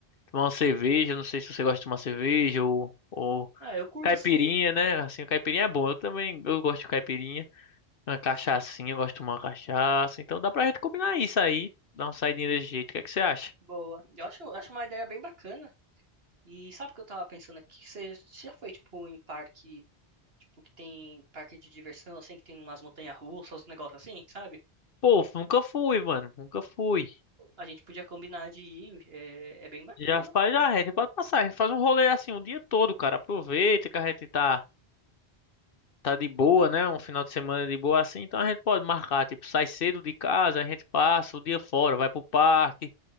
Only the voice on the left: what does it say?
tomar uma cerveja. Não sei se você gosta de tomar cerveja ou, ou
caipirinha,
né? Assim, o caipirinha é bom. Eu também, eu gosto de caipirinha. Uma cachaçinha, eu gosto de tomar uma cachaça. Então dá pra gente combinar isso aí. Dar uma saidinha desse jeito. O que é que você acha?
Pô, nunca fui, mano. Nunca fui.
Já faz, já, a gente pode passar. A gente faz um rolê assim o dia todo, cara. Aproveita que a gente tá. tá de boa, né? Um final de semana de boa assim, então a gente pode marcar, tipo, sai cedo de casa, a gente passa o dia fora, vai pro parque,